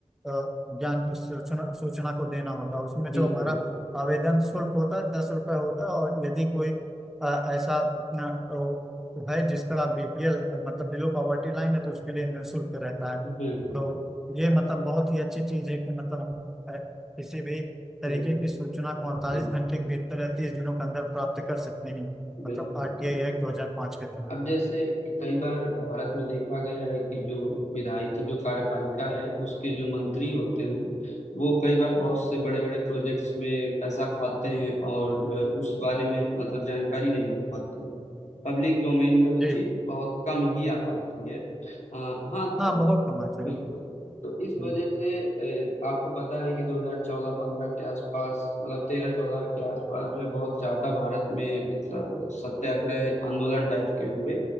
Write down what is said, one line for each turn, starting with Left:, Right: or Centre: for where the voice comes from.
Centre: अ, ज्ञान सूचना सूचना को देना होता है उसमें
Left: बिल्कुल
Centre: जो हमारा आवेदन शुल्क होता है दस रुपये होता है और यदि कोई अ, ऐसा अ, वो है जिसका बीपीएल मतलब बिलो पॉवर्टी लाइन है तो उसके लिए निःशुल्क रहता है
Left: बिल्कुल
Centre: तो ये मतलब बहुत ही अच्छी चीज है कि मतलब हम अ, किसी भी तरीके
Left: बिल्कुल
Centre: की सूचना को अड़तालीस
Left: जी।
Centre: घंटे के भीतर या तीस दिनों के अंदर प्राप्त कर सकते हैं
Left: बिल्कुल
Centre: मतलब आरटीआई
Left: अब
Centre: एक्ट दो हजार पाँच के तहत
Left: अब जैसे कई बार भारत में देखा गया है कि जो विधायिका जो कार्यपालिका है उसके जो मंत्री होते हैं वो कई बार बहुत से बड़े बड़े प्रोजेक्ट्स में पैसा खाते हैं और जो है उस बारे में मतलब जानकारी नहीं हो पाती है पब्लिक डोमेन में वो
Centre: जी
Left: चीज बहुत कम ही आ पाती है आ, हाँ
Centre: हाँ
Left: तब
Centre: बहुत कमाते हैं
Left: बिल्कुल तो इस
Centre: हम्म,
Left: वजह से अ, आपको पता है कि 2014-15 के आसपास मतलब 13-14 के आसपास जो है बहुत ज्यादा भारत में मतलब सत्याग्रह आंदोलन टाइप के हुए